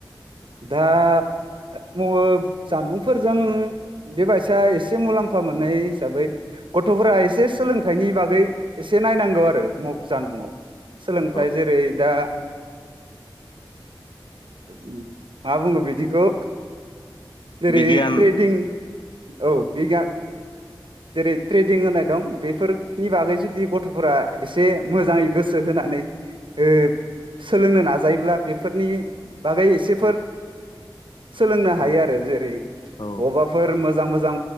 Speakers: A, on the right; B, on the left.
A: दा <unintelligible> जानबुंफोरजों बेबायसा एसे मुलाम्फा मोननाय हिसाबै गथ'फोरा एसे सोलोंथाइनि बागै एसे नायनांगौ आरो जानबुंआव। सोलोंथाइ
B: औ
A: जेरै दा। उम मा बुङो बिदिखौ? जेरै
B: बिगियान
A: ट्रेदिं औ बिगा जेरै ट्रेदिं होनाय दं बे बेफोरनि बागै जुदि गथ'फोरा एसे मोजाङै गोसो होनानै ओ सोलोंनो नाजायोब्ला बेफोरनि बागै एसेफोर सोलोंनो
B: औ
A: हायो आरो। जेरै
B: औ
A: बबावबाफोर मो जां मोजां